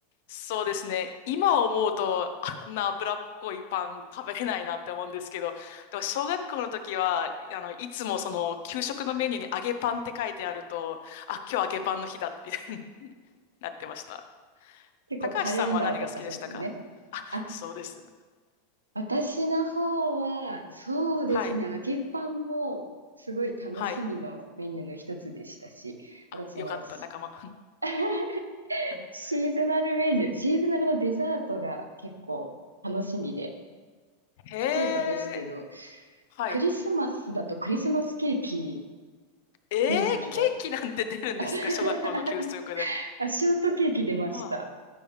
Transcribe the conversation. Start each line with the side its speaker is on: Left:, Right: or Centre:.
Left: そうですね。今思うとあんな脂っこいパン食べれないなって思うんですけど、でも小学校の時は、あの、いつもその給食のメニューに揚げパンって書いてあると、あ、今日揚げパンの日だみたいになってました。
Right: 結構カレンダーとかそうですよね。
Left: 高橋さんは何が好きでしたかあ、
Right: あ、
Left: そうです。
Right: 私の方は、そうですね、
Left: はい。
Right: 揚げパンもすごい楽しみのメニューの一つでしたし、
Left: はい。
Right: あとその、
Left: あ、よかった、
Right: <laughs>
Left: 仲間。<laughs>
Right: シーズナルメニュー、シーズナルのデザートが結構楽しみで。
Left: へ
Right: 例えばですけど、
Left: え。はい。
Right: クリスマスだとクリスマスケーキ
Left: えー、
Right: 出る時があって
Left: ケーキなんて出るんですか小学校の給食で。
Right: <laughs> あ、ショートケーキ出ました。
Left: あ